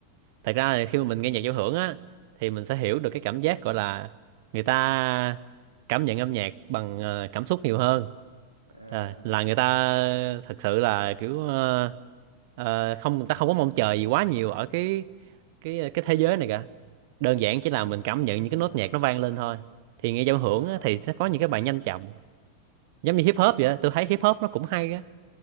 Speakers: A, on the right; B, on the right.
A: thật ra là khi mà mình nghe nhạc giao hưởng á thì mình sẽ hiểu được cái cảm giác gọi là người ta cảm nhận âm nhạc bằng ờ, cảm xúc nhiều hơn
B: à
A: à, là người ta thật sự là kiểu ờ, ờ, không người ta không có mong chờ gì quá nhiều ở cái cái ờ, cái thế giới này cả đơn giản chỉ là mình cảm nhận những
B: à
A: cái nốt nhạc nó vang lên thôi thì nghe giao hưởng
B: à,
A: á, thì sẽ có những cái bài nhanh chậm giống như hip hop vậy á. tôi thấy hip hop nó cũng hay á